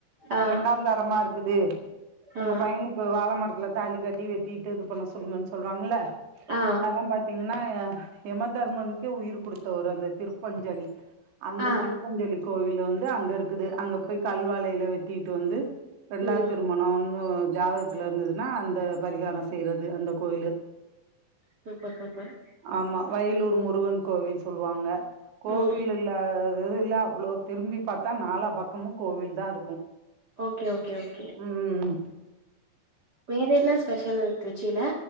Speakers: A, on the right (about 85°); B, on the right (about 55°).
A: இப்ப
B: ஆ
A: ரெண்டாந்தாரமா இருக் க்குது உங்க
B: ஆ
A: பையனுக் வாழ மரத்துல தாலி கட்டி வெட்டிட்டு இது பண்ண சொல்லுங்கன்னு சொல்றாங்கள
B: ஆ
A: அதெல்லாம் பாத்தீங்கன்னா யமதர்மனுக்கே உயிர் குடுத்தவரு அந்த திருப்பஞ்சலி அந்த
B: ஆ
A: திருப்பஞ்சலி கோவில்ல வந் ந்து அங்க இருக்குது அங்க போய் கல்வாலையில வெட்டிட்டு வந்து ரெண்டாவது
B: ம்
A: திருமணோ ஒன் ணோ ஜாதகத் த்துல இருந்ததுன்னா அந்த பரிகாரோ செய்யறது அந்த கோயிலு
B: சூப்பர் சூப்பர்
A: ஆமா வயலூர் முருகன் கோவில் சொல்லுவாங்க கோவில்
B: ம்
A: இல்லாத தததே இல்ல அவ்வளோ திரும்பி பாத்தா நாலா பக்கமு கோவில் தா இருக்கு
B: ஓகே ஓகே ஓகே
A: ம் ம் ம்
B: வேற என்னஸ் பெஷல் இருக்கு திருச்சில